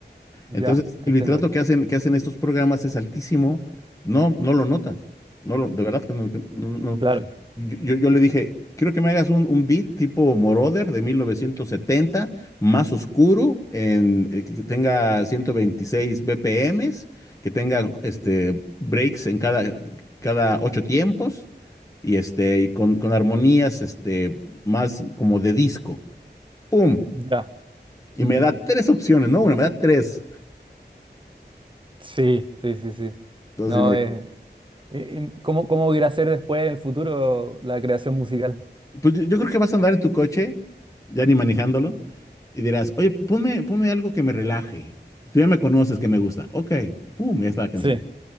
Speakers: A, on the left; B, on the right.
A: Entonces,
B: Ya, entiendo.
A: el vitrato que hacen, que hacen estos programas es altísimo. No, no lo notas. No lo, de verdad que no, que no- no- no
B: Claro.
A: yo, yo- yo le dije, quiero que me hagas un, un beat tipo Moroder de mil novecientos setenta más oscuro, en, eh, que que tenga 126 BPMs, que tenga este, breaks en cada, cada ocho tiempos y, este, y con, con armonías este, más como de disco. ¡Pum!
B: Ya.
A: Y
B: Mm,
A: me da Mm. tres opciones, no una, me da tres.
B: Sí, sí, sí, sí.
A: Entonces
B: No, es Eh, em, ¿Cómo, cómo irá a ser después en el futuro la creación musical?
A: Pues yo, yo creo que vas a andar en tu coche, ya ni manejándolo, y dirás, oye, ponme, ponme algo que me relaje. Tú ya me conoces, que me gusta. Ok, pum, ya está la canción.
B: Sí,